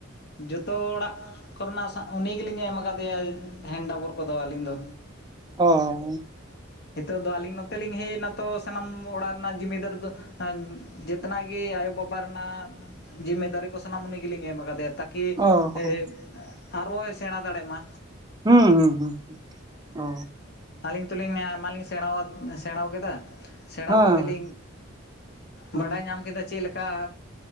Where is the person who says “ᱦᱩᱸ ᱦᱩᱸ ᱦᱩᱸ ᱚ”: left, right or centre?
Right